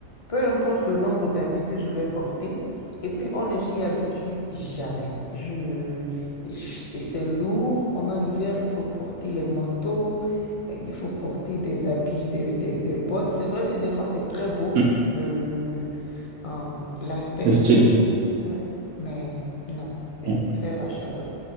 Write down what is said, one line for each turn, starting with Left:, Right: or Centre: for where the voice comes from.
Left: peu importe le nombre d'habits que je vais porter. Et puis, on ne s'y habitue jamais. Je, je- et c'est lourd. Pendant l'hiver, il faut porter les manteaux, euh, il faut porter des habits, des, des- des bottes. C'est vrai que des fois, c'est très beau,
Right: Hmm,
Left: le, le, le, euh, l'aspect
Right: Le
Left: mode.
Right: style.
Left: Ouais. Mais non, je
Right: Hmm,
Left: préfère la chaleur.